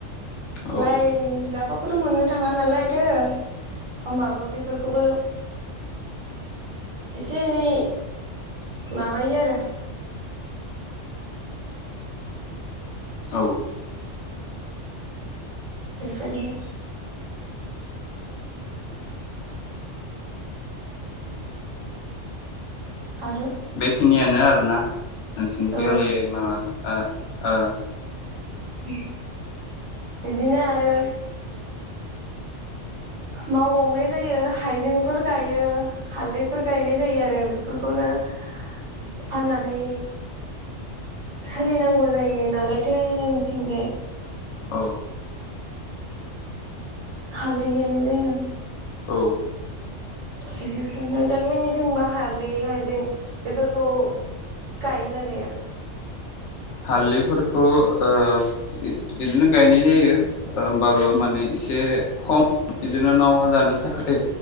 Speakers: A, on the left; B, on the right.
A: औ
B: लाय, लाफाख खौथ' मोननो थाङा नालायथो होमबाबो बेफोरखौबो एसे एनै माबायो आरो
A: औ
B: बेफोरनो आरो
A: बेखिनियानो आरोना नोंसोरनिथि
B: औ
A: गालै माबा ओ ओ।
B: उम बिदिनो आरो मावबावनाय जायो हाइजेंफोर गायो हालदैफोर गायनाय जायो आरो बेफोरखौनो नो फाननानै सोलिनांगौ जायो नालायथो जोंथिंजाय
A: औ
B: हालदै गायनाय जायो।
A: औ।
B: हाइजेंथ नोंदां मोनिथिंबा हालदै हाइजें बेफोरखौ गायोना गैया
A: हालदैफोरखौ ओ बि बिदिनो गायनाय जायो। ओमबाबो
B: उम
A: माने एसे खम बिदिनो नावहा जानो थाखाय